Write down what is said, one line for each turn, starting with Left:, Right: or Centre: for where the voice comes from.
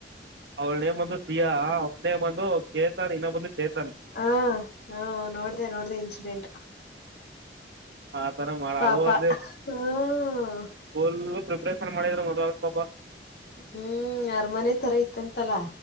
Right: ಅವಳ ನೇಮ್ ಅಂತ ಸಿಯಾ ಇನ್ನೆ ಬಂದು ಚೇತನ್ ಇನ್ನ ಬಂದು ಚೇತನ್
Left: ಹ ಹ ನೋಡ್ದೆ ನೋಡ್ದೆ ಇನ್ಸಿಡೆಂಟ್
Right: ಆ ತರ ಮಾಡ
Left: ಪಾಪ
Right: ಅದು ಅದೇ
Left: ಹ್ಮ್
Right: ಫುಲ್ ಪ್ರಿಪರೇಷನ್ ಮಾಡಿದ್ರ ಮದ್ುವಾಗ ಪಾಬ
Left: ಹ್ಮ್ ಅರಮನೆ ತರ ಇತ್ತಂತಲ್ಲಾ